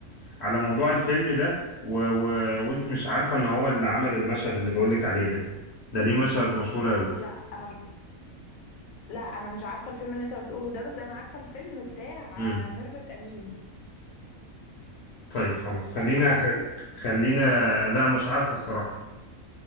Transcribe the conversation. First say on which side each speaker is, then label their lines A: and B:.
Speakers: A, on the left; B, on the left.
A: على موضوع الفيلم ده و... و... وانت مش عارفه ان هو اللي عمل المشهد اللي بقولك عليه ده ده ليه مشهد مشهور
B: لا انا لا انا مش عارفه الفيلم اللي انت بتقوله ده بس انا عارفه الفيلم بتاع
A: قوي
B: آه، ميرفت امين
A: طيب خلاص خلينا
B: عارفه
A: خل... خلينا لا مش عارف الصراحة